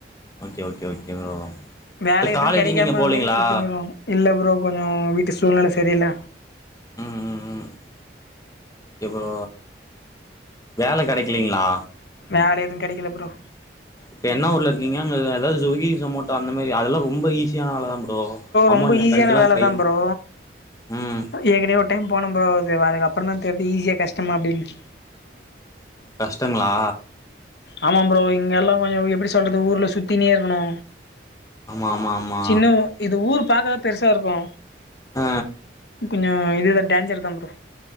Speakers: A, on the left (about 20°); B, on the left (about 65°).
A: okay okay okay bro
B: வேல
A: இப்ப
B: எது
A: காலேஜ்
B: கெடைக்காம
A: நீங்க போலீங்களா
B: ஊர் சுத்தினுக்கிறோ இல்ல ப்ரோ கொஞ்ச வீட்டு சூழ்நில சரியில்ல
A: ம் ம் ம் ஓகே ப்ரோ வேல கெடைக்கலிங்ளா
B: வேல எது கெடைக்கல ப்ரோ
A: இப்ப என்ன ஊர்ல இருக்கிங்க அங்க எதாவது சுக்கி சொமோட்டா அந்த மாரி அதெல்லா ரொம்ப ஈசி யான வேலதா ப்ரோ அமௌன்ட்
B: ரொம்ப
A: எ
B: ஈஸியான
A: ஃப்ரெண்டுல்லா
B: வேல
A: கை
B: தா ப்ரோ
A: ம்
B: ஏற்கனவே ஒரு டைம் போனம் ப்ரோ அதுக்கு அப்றதா தெரிது ஈஸியா கஷ்டமா அப்டின்னு
A: கஷ்டங்ளா
B: ஆமா ப்ரோ இங்க எல்லா கொஞ்ச எப்டி சொல்றது ஊர்ல சுத்தினே இருக்கணு
A: ஆமா ஆமா ஆமா
B: சின்ன ஊ இது ஊர் பாக்கதா பெருசா இருக்கு
A: ஆ
B: கொஞ்ச இதுத டேஞ்சர்தா ப்ரோ